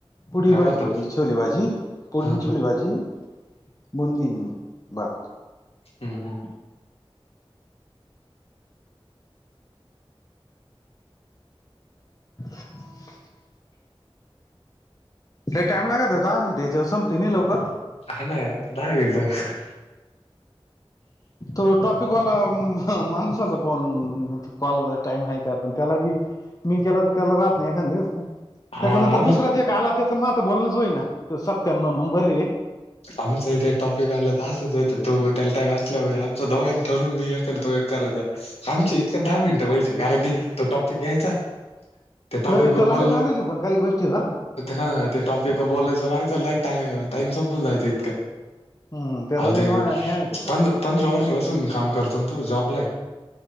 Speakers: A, on the left; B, on the left.
A: पुडी
B: काय
A: भाजी
B: होतं
A: होती. छोलेभाजी, पुडी
B: हा
A: न
B: हा
A: छोले भाजी. बुंदी बर.
B: हू हू.
A: <inaudible> लई टाइम लागत होता, दहा मिनटाच्या संपतय नाही लवकर.
B: हा ना यार, धा मिनिटं.
A: तो टॉपिक वाला म ह माणसाच पण कॉल, टाइम हाय का पण त्याला बी? मी केला तर त्याला राहत नाही, एकांद्रे व्यस्ता,
B: हाव
A: त्याच्यानंतर
B: आमच
A: दुसरा जे एक आला, त्याच माझं बोलणंच होई ना. तो सत्य्यानव नंबर एक
B: आमचं इथे टॉपिक आला तर, असच होय तो त्यालता क असले व्याप. स्वतःहून काय दोघां ठरून, मी एक आणि तो एक करायचा. आमचे इतक्यात दहा मिनिटं व्हायचे, कारण की तो टॉपिक घ्यायचा त्या टॉपिक
A: हू
B: वर
A: तेला
B: बोललं
A: लई नॉलेज पण ये काही गोष्टी बर का?
B: हा ते टॉपिक बोलायचं राहायचं, लाक टाइम संपून जायचं इतक्यात.
A: हम्म त्याला
B: आव
A: लय
B: ते
A: न्याय आहे त्याच्यात
B: प पंधरा वर्षपासून काम करतो ना तो जॉब ला ये.